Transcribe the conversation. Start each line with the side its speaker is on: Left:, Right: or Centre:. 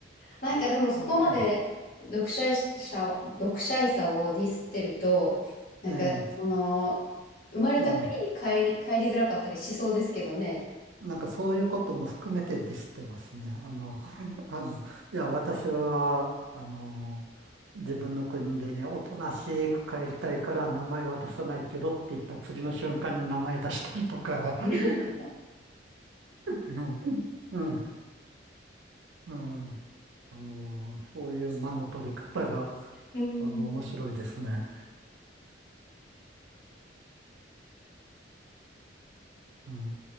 Left: なんかでもそこまで読者者、
Right: <laughs>
Left: 読者いさをディスってると、なんかその、
Right: うん、<laughs> ええ、
Left: 生まれた国に帰り、
Right: うん。
Left: 帰りづらかったりしそうですけどね。
Right: なんかそういうことも含めてディスってますね。あの、<laughs> あの、いや、私は、あの、自分の国でね、おとなしく帰りたいから名前は出さないけどって言った次の瞬間に名前出したりとか、<laughs>
Left: <laughs>
Right: うん、うん、うんあの、そういう間の取り方が、
Left: うん
Right: あの、面白いですね。うん